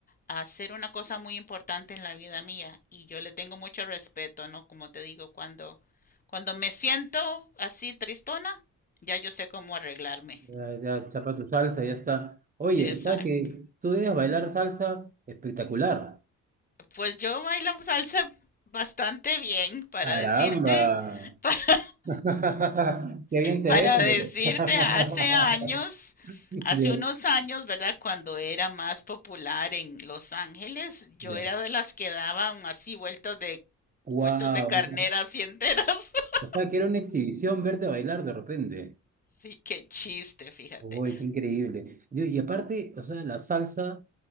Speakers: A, on the left (about 30°); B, on the right (about 30°).
A: a ser una cosa muy importante en la vida mía. Y yo le tengo mucho respeto, ¿no? Como te digo, cuando, cuando me siento así tristona, ya yo sé cómo arreglarme.
B: Ya, ya chapa tu salsa, ya está. Oye,
A: <laughs> Exacto.
B: ¿sabes que tú debes bailar salsa espectacular?
A: Pues yo bailo salsa bastante bien para
B: Caramba.
A: decirte, <laughs>
B: <laughs> Qué bien te
A: Para
B: vende.
A: decirte,
B: <laughs>
A: hace años,
B: Ya,
A: hace unos años, ¿verdad? Cuando era más popular en Los Ángeles, yo
B: ya.
A: era de las que daban así vueltas de
B: Wow.
A: vueltas de carnera así enteras. <laughs>
B: O sea, que era una exhibición verte bailar de repente.
A: Sí, qué chiste, fíjate.
B: Uy, qué increíble. Yo- y aparte, o sea, la salsa